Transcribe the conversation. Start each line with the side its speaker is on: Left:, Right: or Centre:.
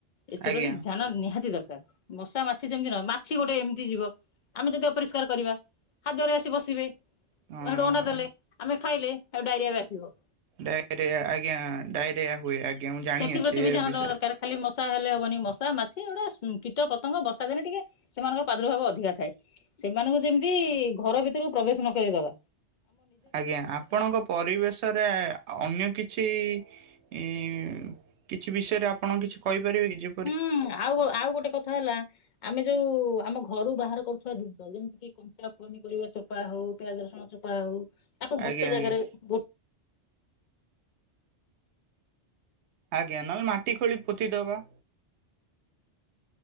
Left: ଏଥିପ୍ରତି
Right: ଆଜ୍ଞା
Left: ଧ୍ୟାନ ନିହାତି ଦରକାର। ମଶା ମାଛି ଯେମତି ର ମାଛି ଗୋଟେ ଏମତି ଜୀବ ଆମେ ଯଦି ଅପରିଷ୍କାର କରିବା ଖାଦ୍ୟରେ ଆସି ବସିବେ।
Right: ହଁ।
Left: ହେଠୁ ଅଣ୍ଡା ଦେଲେ ଆମେ ଖାଇଲେ ଡାଇରିଆ ହେଠୁ ବ୍ୟାପିବ।
Right: ଡାଇରିଆ ଆଜ୍ଞା ଡାଇରିଆ ହୁଏ ଆଜ୍ଞା ମୁଁ ଜାଣିଅଛି
Left: ସେଥିପ୍ରତି ବି
Right: ଏ
Left: ଧ୍ୟାନ
Right: ବିଷେୟେରେ।
Left: ଦେବା ଦରକାର ଖାଲି ମଶା ହେଲେ ହବନି ମଶା ମାଛି ଗୋଟେ ସୁଁ କୀଟ ପତଙ୍ଗ ବର୍ଷା ଦିନେ ଟିକେ ସେମାନଙ୍କର ପାଦୁର୍ଭାବ ଅଧିକା ଥାଏ ସେମାନଙ୍କୁ ଯେମତି ଘର ଭିତୁରୁକୁ ପ୍ରବେଶ ନ କରେଇ ଦବା।
Right: ଆଜ୍ଞା ଆପଣଙ୍କ ପରିବେଶରେ ଅନ୍ୟ କିଛି ଇଁ କିଛି ବିଷୟରେ ଆପଣ କିଛି କହିପାରିବେ କି ଯି
Left: ହୁଁ ଆଉ ଗୋ ଆଉ ଗୋଟେ କଥା ହେଲା ଆମେ ଯୋଉ ଆମ ଘରୁ ବାହାର କରୁଥୁବା ଜିନିଷ ଯେମିତିକି କନ୍ ଚା ପନିପରିବା ଚୋପା ହଉ ପିଆଜ ରସୁଣ ଚୋପା ହଉ ତାକୁ
Right: ଆଜ୍ଞା
Left: ଗୋଟେ ଜାଗାରେ
Right: ଆଜ୍ଞା
Left: ଉଁ ପୋ
Right: ଆଜ୍ଞା ନହେଲେ ମାଟି ଖୋଳି ପୋତିଦବା।